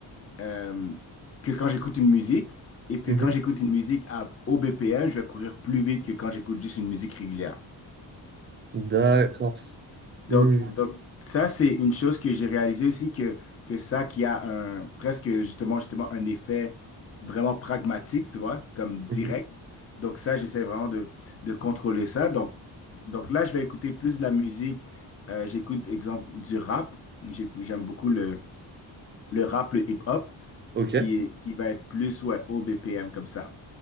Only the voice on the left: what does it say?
euh, que quand j'écoute une musique. Et puis
quand j'écoute une musique à, au BPM, je vais courir plus vite que quand j'écoute juste une musique régulière.
Donc,
donc ça, c'est une chose que j'ai réalisé aussi que, que ça qui a un, presque justement, justement un effet vraiment pragmatique, tu vois, comme direct.
Donc ça, j'essaie vraiment de, de contrôler ça. Donc, donc là, je vais écouter plus de la musique. Euh, j'écoute, exemple, du rap. J'ai- J'aime beaucoup le, le rap, le hip-hop,
qui est, qui va être plus, ouais, au BPM comme ça.